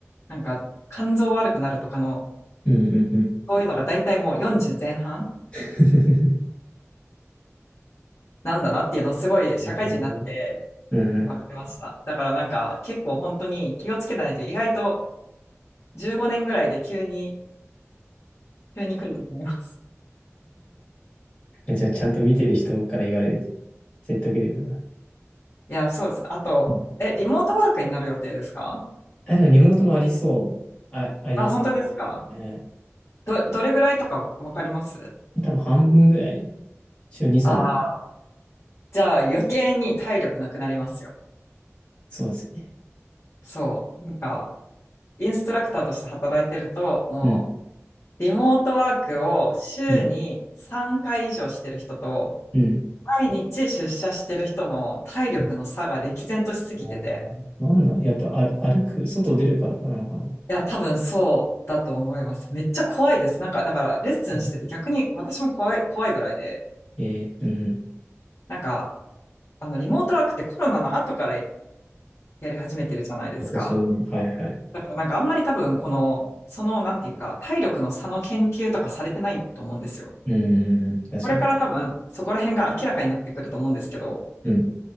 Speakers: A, on the left; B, on the left.
A: なんか、肝臓悪くなるとかの、
B: うん。うん
A: そういうのが大体もう40前半
B: <laughs>
A: なんだなっていうのをすごい社会人になって
B: なるほど。うんうん
A: 分かりました。だからなんか、結構本当に気をつけないと、意外と15年ぐらいで急に、急に来ると思います。
B: じゃあ、ちゃんと見てる人から言われると、説得力が。
A: いや、そうです。あと、
B: うん
A: え、リモートワークになる予定ですか
B: あ、でもリモートもありそう。あ、ありますね。
A: あ、本当ですか
B: えー
A: ど、どれぐらいとかわかります
B: 多分半分ぐらい、週二三
A: ああー、じゃあ余計に体力なくなりますよ。
B: そうですね。
A: そう。なんか、インストラクターとして働いてると、も
B: うん、
A: う、リモートワークを週に3回以上してる人と、
B: うん、うん。
A: 毎日出社してる人の体力の差が歴然としすぎてて、
B: うんああ、なんなんやっぱ、ある、歩く、外出るからなのかな。
A: いや、多分そうだと思います。めっちゃ怖いです。なんか、だから、レッスンしてて逆に私も怖い、
B: うん
A: 怖いぐらいで、
B: えー、うん、うん。
A: なんか、あの、リモートワークってコロナの後からやり始めてるじゃないですか。
B: ここ数年。はい、はい。
A: だからなんかあんまり多分この、そのなんていうか、体力の差の研究とかされてないと思うんですよ。
B: うん、うん、うん確かに。
A: これから多分そこら辺が明らかになってくると思うんですけど、
B: うん、